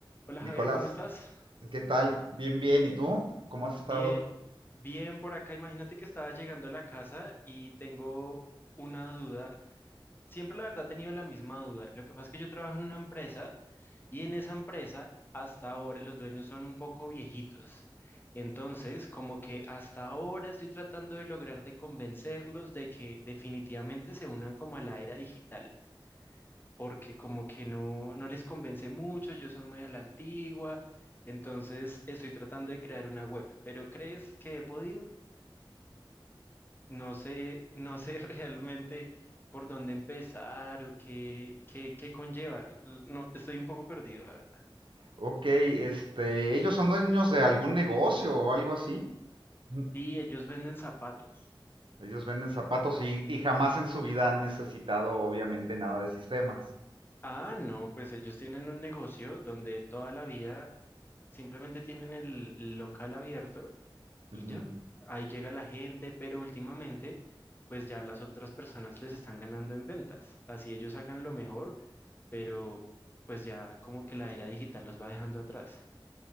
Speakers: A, on the left; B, on the right.
A: Hola
B: Nicolás,
A: Javier, ¿cómo estás?
B: ¿qué tal? Bien, bien. ¿Y tú? ¿Cómo has estado?
A: Bien, bien por acá. Imagínate que estaba llegando a la casa y tengo una duda. Siempre la verdad he tenido la misma duda. Lo que pasa es que yo trabajo en una empresa y en esa empresa hasta ahora los dueños son un poco viejitos. Entonces, como que hasta ahora estoy tratando de lograr de convencerlos de que definitivamente se unan como a la era digital. porque como que no, no les convence mucho, yo soy muy a la antigua, entonces estoy tratando de crear una web, pero ¿crees que he podido? No sé, no sé <laughs> realmente por dónde empezar o qué, qué, qué conlleva. L- No, estoy un poco perdido, la verdad.
B: Ok, este, ellos son dueños de algún negocio o algo así. Ujú.
A: Sí, ellos venden zapatos.
B: Ellos venden zapatos y, y jamás en su vida han necesitado, obviamente, nada de sistemas.
A: Ah, no, pues ellos tienen un negocio donde toda la vida simplemente tienen el el local abierto
B: Ujú.
A: y ya, ahí llega la gente, pero últimamente, pues ya las otras personas les están ganando en ventas. Así ellos hagan lo mejor, pero pues ya como que la era digital los va dejando atrás.